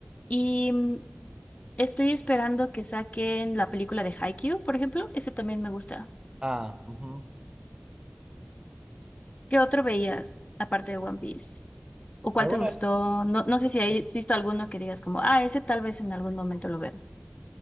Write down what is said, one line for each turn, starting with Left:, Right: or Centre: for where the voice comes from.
Left: Y Estoy esperando que saquen la película de Haikyuu, por ejemplo. Ese también me gusta.
Right: Ah, ujú.
Left: ¿Qué otro veías aparte de One Piece? ¿O cuál
Right: ¿Alguna
Left: te gustó? No,
Right: vez?
Left: no sé si has visto alguno que digas como, ah, ese tal vez en algún momento lo veo.